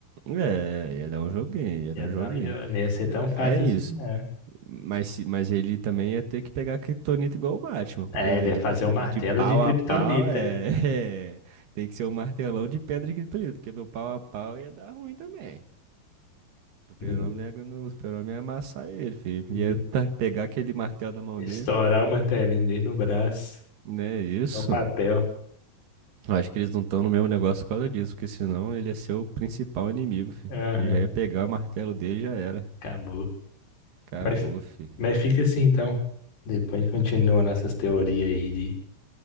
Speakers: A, on the right; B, on the left.
A: É, ia dar um joguinho, ia
B: Ia
A: dar um
B: dar
A: joguinho.
B: um jogo. Não ia ser tão fácil
A: É isso.
B: assim, não.
A: Mas, se- mas ele também ia ter que pegar a Kryptonita igual o Batman, porque
B: É, ele ia fazer um martelo
A: de pau
B: de Kryptonita,
A: a pau é,
B: né?
A: <laughs> é, tem que ser um martelão de pedra de Kryptonita, porque no pau a pau ia dar ruim também. O Super-Homem
B: Mas ele
A: não ia gan- o Super-Homem ia amassar ele, filho.
B: ia
A: Ia tá- pegar aquele martelo da mão
B: Estourar
A: dele.
B: o martelinho dele no braço,
A: Né, isso.
B: no papel.
A: Eu acho que eles não estão no mesmo negócio por causa disso, porque senão ele ia ser o principal inimigo, fi.
B: Aham,
A: Porque já ia pegar o martelo dele e já era.
B: acabou.
A: Acabou,
B: Mas,
A: fi.
B: mas fica assim, então. Depois continua nossas teorias aí de